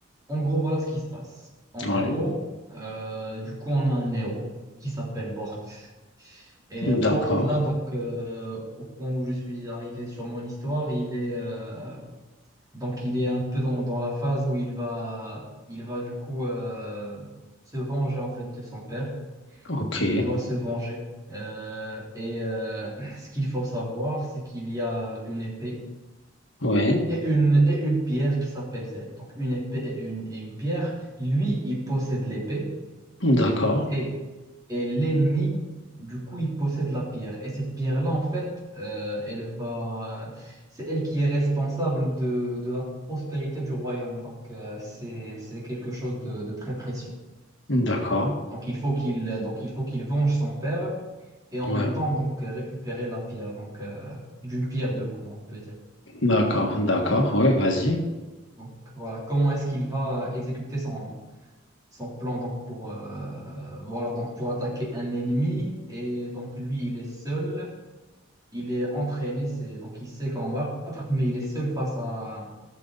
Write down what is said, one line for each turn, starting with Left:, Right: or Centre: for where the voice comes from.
Right: en gros, voilà ce qui se passe. En
Left: Oui,
Right: gros, euh, du coup, on a un héros qui s'appelle Bort. Et
Left: hmm,
Right: Bort,
Left: d'accord.
Right: là, donc, euh, au point où je suis arrivé sur mon histoire, il est, euh, Donc il est un peu dans, dans la phase où il va, il va du coup euh, se venger en fait de son père.
Left: Ok.
Right: Il doit se venger. Euh, et euh, <clears throat> ce qu'il faut savoir, c'est qu'il y a une épée
Left: Oui,
Right: et une, et une pierre qui s'appelle Zen. Donc une épée et une, et une pierre. Lui, il possède l'épée.
Left: d'accord.
Right: Et, et l'ennemi, du coup, il possède la pierre. Et cette pierre-là, en fait, euh, elle va... c'est elle qui est responsable de, de la prospérité du royaume. Donc, euh, c'est, c'est quelque chose de, de très précieux.
Left: Hmm, D'accord.
Right: Donc, il faut qu'il, donc, il faut qu'il venge son père et en
Left: Ouais,
Right: même temps, donc, euh, récupérer la pierre. Donc, euh, d'une pierre deux, comme on peut dire.
Left: d'accord, d'accord. Oui, vas-y.
Right: Donc, voilà, comment est-ce qu'il va exécuter son, son plan donc, pour, euh, voilà, donc, pour attaquer un ennemi. Et donc, lui, il est seul. il est entraîné, c'est donc il sait combattre, mais il est seul face à,